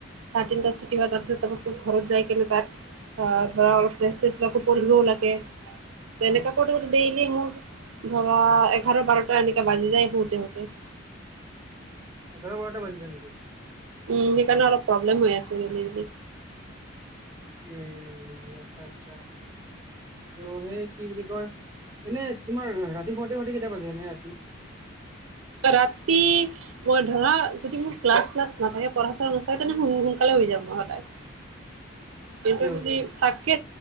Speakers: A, on the right; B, on the right.
A: চাৰে তিনটাত ছুটি হয়, তাৰপিছত তাৰ পৰা গৈ ঘৰত যায় কিনে তাত আ, ধৰা অলপ ৰেষ্ট চেষ্ট আকৌ পঢ়িবও লাগে, তেনেকা
B: উম
A: কৰিওটো দে মোৰ ধৰা, এঘাৰ বাৰটা এনেকে বাজি যায় শুওঁতে শুওঁতে।
B: এঘাৰ বাৰটা বাজিছে নেকি
A: উম, সেইকাৰণে
B: অ
A: অলপ প্ৰব্লেম হৈ আছে মানে এনে।
B: উম, আচ্ছা আচ্ছা, ত' সেই কি বুলি কয়, এনে তোমাৰ ৰাতি শুওঁতে শুওঁতে কেইটা বাজে এনেই ৰাতি?
A: ৰাতি মই ধৰা যদি মোৰ ক্লাছ, শ্লাছ নাথাকে, পঢ়া <unintelligible> নাথাকে তেনে সোন-সোনকালে শুই যাওঁ মই সদায়। কিন্তু
B: হৈ
A: যদি
B: যায়
A: থাকে